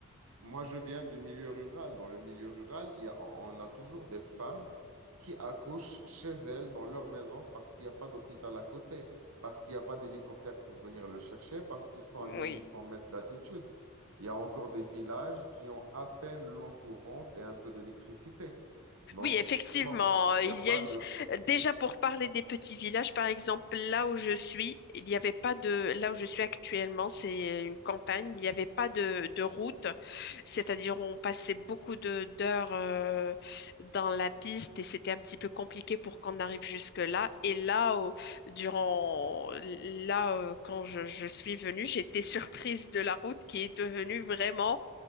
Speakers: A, on the right (about 85°); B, on the left (about 50°).
A: moi, je viens du milieu rural. Dans le milieu rural, il y a, on a toujours des femmes qui accouchent chez elles, dans leur maison, parce qu'il n'y a pas d'hôpital à côté, parce qu'il n'y a pas d'hélicoptère pour venir le chercher, parce qu'ils sont
B: oui.
A: à mille huit cents mètres d'altitude. Il y a encore des villages qui ont à peine l'eau courante et un peu d'électricité. Donc,
B: Oui, effectivement,
A: non,
B: euh,
A: il
B: il
A: n'y a pas
B: y a une...
A: de...
B: Déjà pour parler des petits villages, par exemple, là où je suis, il n'y avait pas de... Là où je suis actuellement, c'est une campagne, il n'y avait pas de, de route, c'est-à-dire on passait beaucoup de, d'heures euh, dans la piste et c'était un petit peu compliqué pour qu'on arrive jusque-là. Et là, au- durant... Là, euh, quand je, je suis venue, j'étais <laughs> surprise de la route qui est devenue vraiment